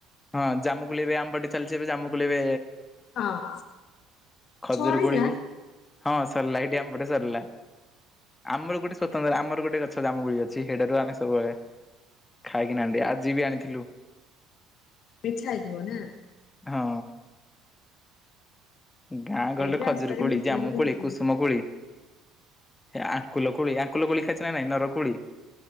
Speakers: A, on the left (about 20°); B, on the left (about 55°).
A: ହଁ ଜାମୁକୁ ଲ ଏବେ ଆମ୍ବାଟି ଚାଲିଛି ଏବେ ଜାମୁକୁ ଲେବେ
B: ହଁ
A: ଖଜୁର
B: ସରିଲା
A: କୋଳି ବି ହଁ ସରିଲା ଏଠି ଆମ। ଟେ ସରିଲା ଆମର ଗୋଟେ ସ୍ଵତନ୍ତ୍ର ଆମର ଗୋଟେ। ଗଛ ଜାମ ଗୁଳି ଅଛି ସେଟାରୁ ଆମେ ସବୁବେଳେ ଖାଇକିନାହାନ୍ତି ଆଜି ବି ଆଣିଥିଲୁ।
B: ବିଛା ହୋଉଥିବା ନାଁ
A: ହଁ ଗାଁ ଗହଳି
B: ଏଠି
A: ରେ
B: ରାସ୍ତାରେ
A: ଖଜୁରୀ, କୋଳି,
B: ବିକ୍ରି
A: ଜାମୁ,
B: ବି କରୁଛନ୍ତି।
A: କୋଳି, କୁସୁମ କୋଳି। ଆଙ୍କୁଲ, କୋଳି, ଆଙ୍କୁଲ, କୋଳି ଖାଇଛି ନା ନାଇଁ ନରକୋଳି।